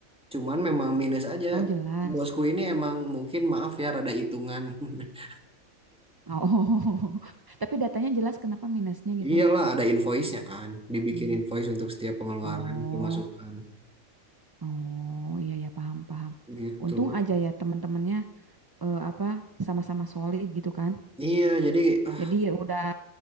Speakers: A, in the centre; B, on the right.
A: Cuman memang minus aja.
B: oh jelas
A: Bosku ini emang mungkin maaf ya rada hitungan. <laughs>
B: oh <laughs> tapi datanya jelas kenapa minusnya gitu
A: Iyalah ada invoice-nya kan, dibikin
B: Hmm.
A: invoice untuk setiap pengeluaran,
B: oh
A: Oh, pemasukan
B: oh iya ya paham paham
A: gitu.
B: untung aja ya teman-temannya eh, apa sama-sama solid gitu kan
A: Iya, jadi ah
B: jadi ya udah